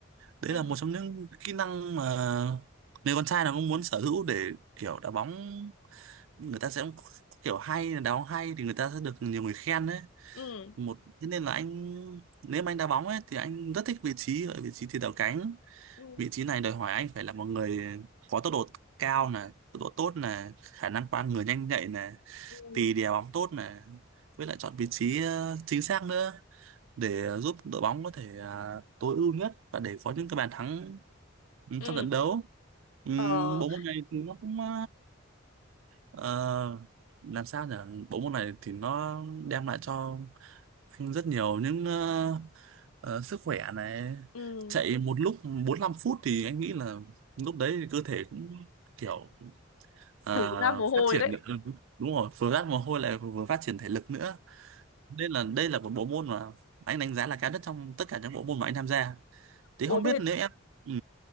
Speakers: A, on the right; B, on the left.
A: đấy
B: ừ
A: là một trong những kỹ năng mà người con trai nào cũng muốn sở hữu để kiểu đá bóng người ta sẽ kiểu hay đá bóng hay thì người ta sẽ được nhiều người khen đấy
B: ừ
A: một thế nên là anh nếu mà anh đá bóng ấy thì anh rất thích vị trí ở vị trí tiền đạo cánh
B: ừ
A: vị trí này đòi hỏi anh phải là một người có tốc độ cao nè tốc độ tốt nè khả năng qua người nhanh nhạy nè
B: ừ
A: tì đè bóng tốt nè với lại chọn vị trí ờ, chính xác nữa để ờ, giúp đội bóng có thể ờ, tối ưu nhất và để có những cái bàn thắng ừ,
B: ừ.
A: trong trận đấu Ừm,
B: ờ
A: bộ môn này thì nó cũng ờ, ờ, làm sao nhỉ bộ môn này thì nó đem lại cho rất nhiều những ờ, ờ, sức khỏe này
B: ừ
A: chạy một lúc 45 phút thì anh nghĩ là lúc đấy thì cơ thể cũng kiểu ờ,
B: đổ ra mồ
A: phát
B: hôi
A: triển
B: đấy
A: được ừ, đúng rồi vừa ra mồ hôi lại vừa phát triển thể lực nữa nên là đây là một bộ môn mà anh đánh giá là cao nhất trong tất cả những bộ môn mà anh tham gia thì
B: ồ
A: không biết
B: thế
A: nếu em ừ.